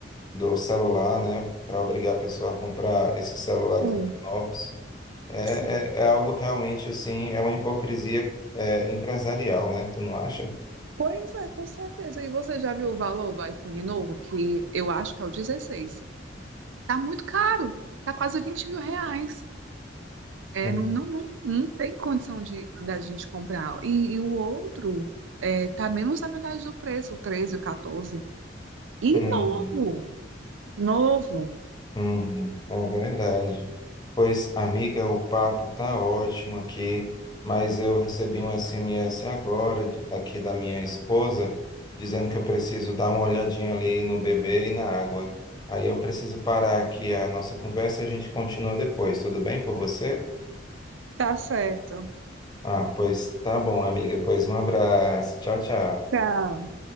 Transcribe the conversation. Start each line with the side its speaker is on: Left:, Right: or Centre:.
Left: do celular, né, para obrigar a pessoa a comprar esses celulares
Right: Sim.
Left: mais novos. É,
Right: sim.
Left: é, é algo realmente, assim, é uma hipocrisia eh, empresarial, né, tu não acha?
Right: Pois é, com certeza. E você já viu o valor do iPhone novo, que eu acho que é o 16? Tá muito caro, tá quase 20 mil reais. É,
Left: Uhum.
Right: não, não, não tem condição de da gente comprar. E, e o outro é, tá menos da metade do preço, o 13, o 14. E
Left: Uhum.
Right: novo, novo.
Left: Uhum, é verdade. Pois, amiga, o papo tá ótimo aqui, mas eu recebi um SMS agora de- aqui da minha esposa dizendo que eu preciso dar uma olhadinha ali no bebê e na água. Aí eu preciso parar aqui a nossa conversa, a gente continua depois. Tudo bem por você?
Right: Tá certo.
Left: Ah, pois tá bom, amiga. Pois um abraço. Tchau, tchau.
Right: Tchau.